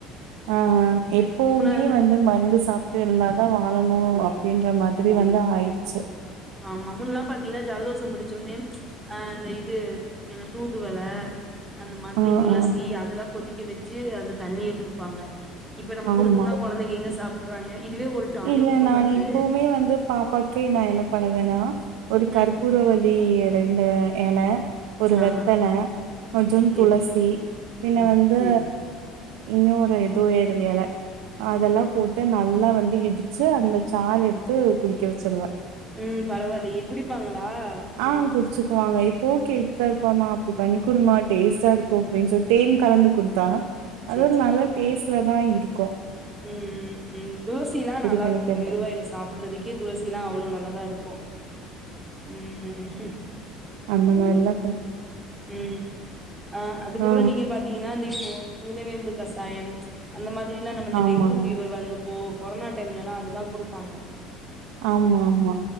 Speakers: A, on the right; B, in the centre.
A: ஆ எப்பவுமே
B: முன்ன
A: வந்து மருந்து சாப் த்ர இருந்தாதான் வாழணும் அப்படின்ற மாதிரி வந்து ஆயிடுச்சு
B: ஆமா முன் எல்லாம் பாத்தீங்கன்னா ஜலதோசம் பிடிச்ச ஒட்னே அ இந்த இது என்ன தூதுவள அந்த மாதிரி
A: ஆ
B: துளசி
A: ஆ
B: அதெல்லாம் கொதிக்க வச்சு அந்த தண்ணிய குடுப்பாங்க இப்ப நம்ம குடுத்தோம்னா
A: ஆமா
B: கொழந்தைங்க எங்க சாப்ட்றாங்க இதுவே ஒரு டானிக்க
A: இல்ல
B: கொண்டு
A: நான்
B: வந்து
A: இப்பவுமே வந்து பாப்பாக்கு நா என்ன பண்ணுவேன்னா ஒரு கற்பூரவள்ளி
B: ம்
A: எலைல எல ஒரு
B: ஆ
A: வெத்தல கொஞ்சம்
B: சேரி
A: துளசி பின்ன
B: ம்
A: வந்து
B: சேரி
A: இன்னும் ஒரு எது எரு எல அதெல்லா
B: ம்
A: போட்டு நல்லா வந் இடிச்சு அந்த சால் எடுத்து குடிக்க வச்சருவேன்
B: உம் பரவாயில்லே குடிப்பாங்களா
A: ஆஹ்
B: ம்
A: குறிச்சுக்குவாங்க இ ப்போ கேட்டுட்தா இருப்பாமா அப்டி பண்ணி குடுமா டேஸ்ட்டா இருக்கும் அப்பின்னு சொல்லி தேன் கலந்து கொடுத்தா
B: சேரி
A: அதுது நல்ல டேஸ்ட்ல தான் இருக்கும்
B: உம் உம் துளசிலாம் நல்லா
A: பண்ணிக்கிறது
B: இருக்கும் வெருவாயில சாப்ட்றதுக்கே துளசி எல்லாம் அவ்ளோ நல்லதா இருக்கும் உம்
A: அந்தமார் எல்லா
B: ம் அதுக்கப்புறோ
A: ஆ ஆ
B: நீங்க பாத்தீங்கன்னா அ இப்போ நிலவேம்பு கசாயம் அந்த மாதிரி எல்லாம் நம்ம இந்த
A: ஆமாங்க
B: டெங்கு ஃபீவர் வந்தப்போ கொரோனா டைம்ல எல்லாம் அதுதா கொடுத்தாங்க
A: ஆமா ஆமா